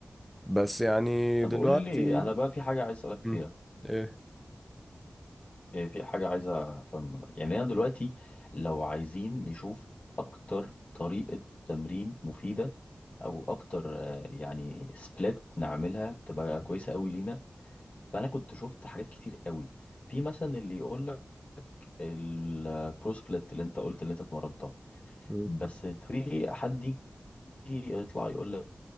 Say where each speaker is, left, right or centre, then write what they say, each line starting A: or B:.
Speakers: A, in the centre; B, on the left (about 45°).
A: بس يعني
B: طب
A: دلوقتي
B: قول لي انا بقى في حاجه عايز اسالك
A: مم.
B: فيها
A: ايه
B: إيه، في حاجة عايزة أفهم يعني أنا دلوقتي لو عايزين نشوف أكتر طريقة تمرين مفيدة أو أكتر آه، يعني سبليت نعملها تبقى كويسة أوي لينا فأنا كنت شفت حاجات كتير أوي في مثلا اللي يقول لك البرو سبليت اللي أنت قلت اللي أنت اتمرنتها
A: مم.
B: بس في حد يجي يطلع يقول لك